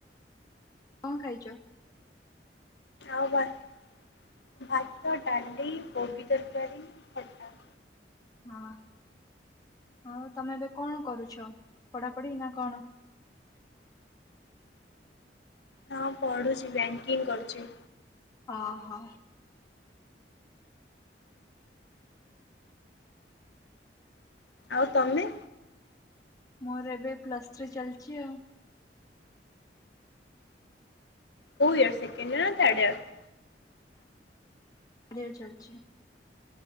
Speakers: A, on the left; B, on the left.
A: କଣ ଖାଇଚ?
B: ଆଉ ଭାତ, ଡ଼ାଲି, କୋବି ତରକାରୀ, ଖଟା।
A: ହଁ ଆଉ ତମେ ଏବେ କଣ କରୁଛ ପଢ଼ାପଢ଼ିନା କଣ?
B: ହଁ ପଡ଼ୁଚି ବ୍ୟାଙ୍କିଙ୍ଗ କରୁଚି।
A: ଓହୋ।
B: ଆଉ ତମେ?
A: ମୋର ଏବେ ପ୍ଲସ୍ ଥ୍ରୀ ଚାଲିଚି ଆଉ।
B: ଓ ଇୟର୍ ସେକେଣ୍ଡୟରନା ଥାର୍ଡ଼ ଇୟର?
A: <unintelligible> ଚାଲିଚି।